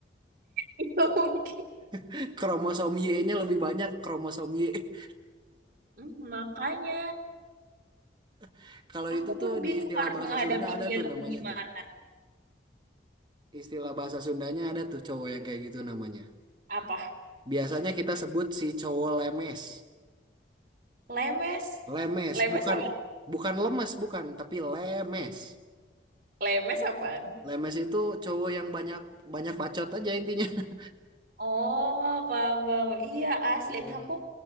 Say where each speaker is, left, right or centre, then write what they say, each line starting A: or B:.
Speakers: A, on the right; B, on the right.
A: Itu mungkin.
B: <laughs> Kromosom Y-nya lebih banyak kromosom Y.
A: Hmm, makanya
B: <laughs> Kalau
A: aku
B: itu
A: pun
B: tuh
A: bingung
B: di istilah
A: harus
B: bahasa
A: menghadapi
B: Sunda ada
A: dia
B: tuh namanya
A: gimana
B: tuh. Istilah bahasa Sundanya ada tuh cowok yang kayak gitu namanya.
A: apa
B: Biasanya kita sebut si cowok lemes.
A: lemes
B: Lemes,
A: lemes
B: bukan
A: apa
B: bukan lemes, bukan, tapi lemes.
A: lemes apaan
B: Lemes itu cowok yang banyak banyak bacot aja intinya. <laughs>
A: oh paham, paham. iya asli
B: Iya.
A: aku